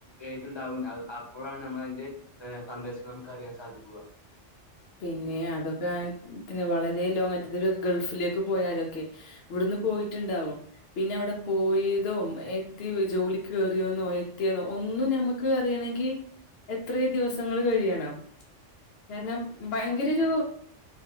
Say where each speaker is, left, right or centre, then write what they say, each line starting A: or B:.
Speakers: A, on the left (about 45°); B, on the left (about 65°).
A: ട്ടുണ്ടാവും അപ്പോഴാണ് നമ്മൾ അതിന്റെ ഏ സന്ദേശം നമുക്ക്റിയാൻ സാധിക്കുക
B: പിന്നെ അതൊക്കെ പിന്നെ വളരെ ലോങ്റ്റത്തി ഗൾഫിലേക്ക് പോയാലൊക്കെ ഇവിടുന്ന് പോയിട്ടുണ്ടാവും പിന്നെ അവിടെ പോയതും എത്തി ജോലിക്ക് കയറിയന്നോ എത്തിയെന്നോ ഒന്നും നമുക്ക് അറിയ ന്തിഎത്ര ദിവസങ്ങൾ കഴിയണം കാരണം ഭയങ്കര ഒരു